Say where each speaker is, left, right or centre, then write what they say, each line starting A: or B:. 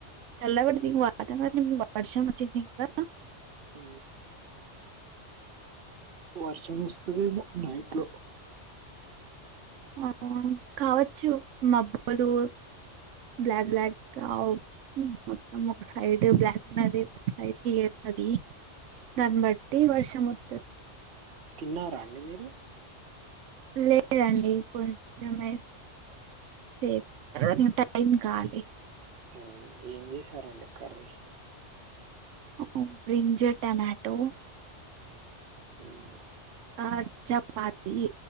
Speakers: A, on the right (about 85°); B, on the right (about 55°).
A: చల్లపడతది వాతావరణం వర్షం వచ్చింది కదా
B: ఊ వర్షం వస్తదేమో నైట్ లో
A: ఆ కావచ్చు మాబ్బోలు బ్లాక్ బ్లాక్ గా మొత్తం ఒక సైడ్ బ్లాక్ ఉన్నది సైడ్ కి ఎత్తది దాన్ని బట్టి వర్ష మొత్త
B: తిన్నారా అండి మీ
A: లేదండి కొంచమే సేఫ్ త టైం కాలి
B: ఊమ్ ఏం జేసారండి కర్రి
A: ఉమ్ బ్రింజ ట్యమాటో
B: ఇంకేంటండి
A: ఆ చపాతి